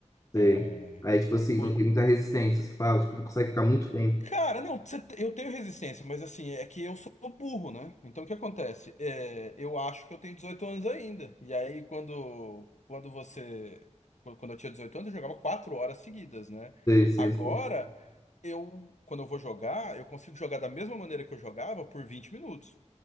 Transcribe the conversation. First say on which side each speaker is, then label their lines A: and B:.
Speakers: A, on the left (about 25°); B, on the left (about 70°).
A: Sei.
B: É,
A: Aí, tipo assim,
B: Por...
A: não tem muita resistência, você fala, tipo, não consegue ficar muito tempo.
B: Cara, não, você- eu tenho resistência, mas assim, é que eu sou burro, né? Então o que acontece? É, eu acho que eu tenho 18 anos ainda. E aí, quando, quando você. Quando eu tinha 18 anos, eu jogava 4 horas seguidas, né?
A: Sei, sei,
B: Agora,
A: sei.
B: eu, quando eu vou jogar, eu consigo jogar da mesma maneira que eu jogava por 20 minutos.